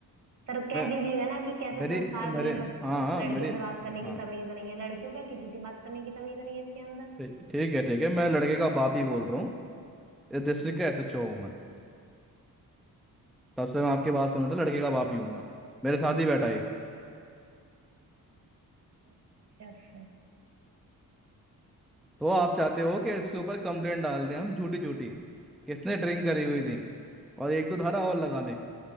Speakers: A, on the right; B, in the centre.
A: सर कह
B: मैं
A: दीजिएगा ना कि कैसे
B: मेरे
A: संस्कार
B: मेरे
A: दिए हैं
B: हाँ
A: बत-
B: हाँ
A: लड़कियों
B: मेरे
A: से बात करने की
B: हाँ
A: तमीज नहीं है लड़कियों क्या किसी से बात करने की तमीज नहीं है इसके अंदर
B: ठीक ठीक है ठीक है मैं लड़के का बाप ही बोल रहा हूँ इस डिस्ट्रिक्ट का एसएचओ हूँ मैं तब से मैं आपके बात सुन रहा था लड़के का बाप ही हूँ मैं मेरे साथ ही बैठा है ये।
A: अच्छा अच्छा सर
B: तो आप चाहते हो कि इसके ऊपर कंप्लेंट डाल दें हम झूठी झूठी किसने ड्रिंक करी हुई थी और एक दो धारा और लगा दें